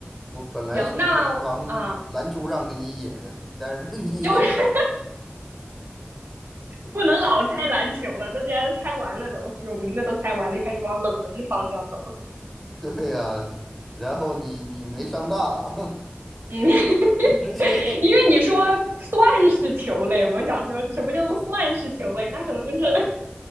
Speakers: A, in the centre; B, on the right.
A: 我本来想往往篮球上给你引，
B: 行，那啊，
A: 但是你
B: 又是不能老猜篮球了，大家都猜完了都，有名的都猜完了，就开始往冷门的方向走了。
A: <laughs> 对呀、然后你你没上当，
B: 嗯，<laughs>
A: <laughs> 直接
B: 因为你说算是球类，我想说什么叫做算是球类？那可能就是